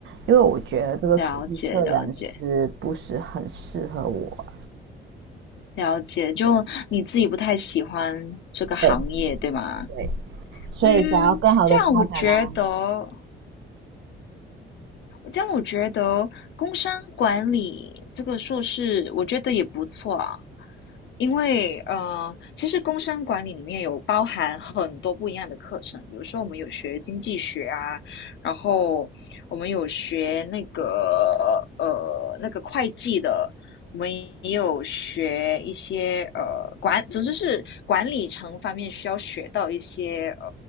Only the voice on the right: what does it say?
因为我觉得这个土地测量师不是很适合我，
对
对，所以想要更好的发展啊，